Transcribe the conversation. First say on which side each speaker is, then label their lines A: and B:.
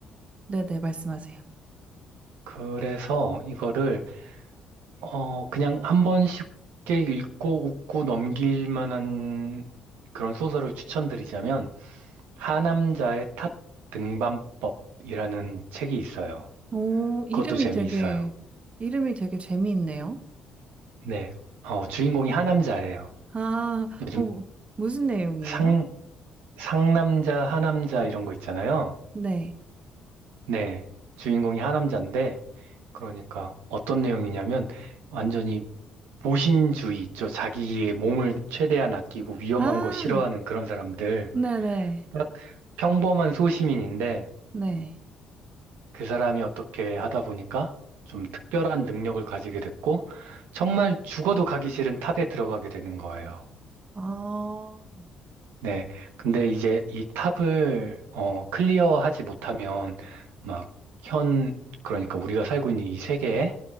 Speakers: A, on the right; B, on the right.
A: 네네, 말씀하세요.
B: 그래서 이거를, 어, 그냥 한번 쉽게 읽고 웃고 넘길 만한 그런 소설을 추천드리자면, 하남자의 탑 등반법이라는 책이 있어요.
A: 오,
B: 그것도
A: 이름이
B: 재미있어요.
A: 되게, 이름이 되게 재미있네요.
B: 네. 어, 주인공이 하남자예요.
A: 아,
B: 요즘
A: 어, 무슨 내용이에요?
B: 상, 상남자, 하남자 이런 거 있잖아요.
A: 네.
B: 네. 주인공이 하남자인데, 그러니까 어떤 내용이냐면, 완전히 보신주의 있죠. 자기의 몸을 최대한 아끼고 위험한
A: 아,
B: 거 싫어하는 그런 사람들.
A: 네네.
B: 딱 평범한 소시민인데,
A: 네.
B: 그 사람이 어떻게 하다 보니까 좀 특별한 능력을 가지게 됐고, 정말 죽어도 가기 싫은 탑에 들어가게 되는 거예요.
A: 아, 어,
B: 네. 근데 이제 이 탑을 어, 클리어하지 못하면 막 현, 그러니까 우리가 살고 있는 이 세계에